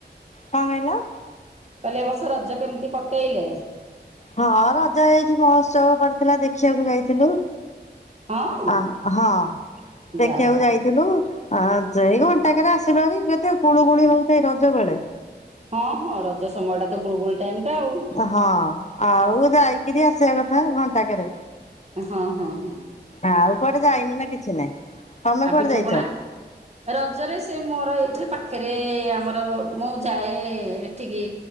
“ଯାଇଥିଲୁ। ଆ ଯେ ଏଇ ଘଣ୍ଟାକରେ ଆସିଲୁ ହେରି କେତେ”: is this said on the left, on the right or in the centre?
Left